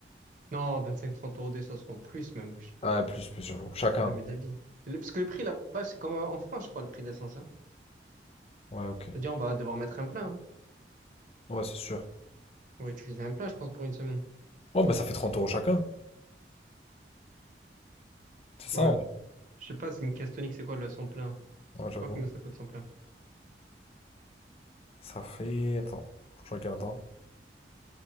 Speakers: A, on the right; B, on the left.
A: Non, 25-30 euros d'essence, non, plus même.
B: Ah, plus, plus, j'avoue. Chacun.
A: Jamais d'avis. Le- Parce que le prix là-bas, c'est comme euh, en France, je crois, le prix de l'essence. Hein.
B: Ouais, ok.
A: C'est-à-dire, on va devoir mettre un plein. hein.
B: Ouais, c'est sûr.
A: On va utiliser un plein, je pense, pour une semaine.
B: Ouais, bah ça fait 30 euros chacun. C'est ça,
A: Ouais.
B: en vrai.
A: Je sais pas, c'est une caisse tonique, c'est quoi le son plein?
B: Ouais,
A: Je
B: j'avoue.
A: sais pas combien ça coûte son plein.
B: Ça fait... Attends, je regarde. hein.